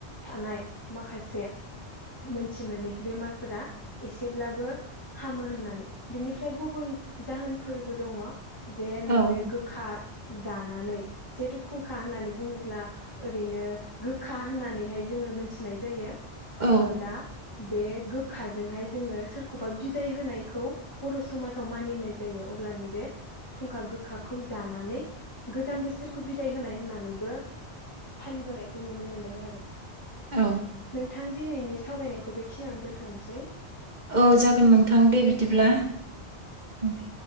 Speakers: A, on the left; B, on the right.
A: थानाय माखासे मोनथि मोनै बेमारफोरा एसेब्लाबो हामो होननानै बिनिफ्राय गुबुन जाहोनफोरबो दङ। जे नैबे
B: औ
A: गोखा जानानै जिहेतु खुंखा होननानै बुङोब्ला ओरैनो गो खा होननानैहाय जोङो मोनथिनाय जायो। ओ
B: औ
A: दा बे गोखाजोंहाय जोङो सोरखौबा बिदाय होनायखौ बर' समाजाव मानिनाय जायो अब्ला नै बेे खुंखा गोखाखौ जानानै गोजाम बोसोर खौ बिदाय होनाय होननानैबो फालिबोनाय खौ नुनो मोन्दों आरोना।
B: औ
A: थां दिनैनि सावरायनायखौ बेखिनियावनो दोनथ'नोसै ।
B: औ जागोन नोंथां दे बिदिब्ला
A: ओं
B: ।
A: दे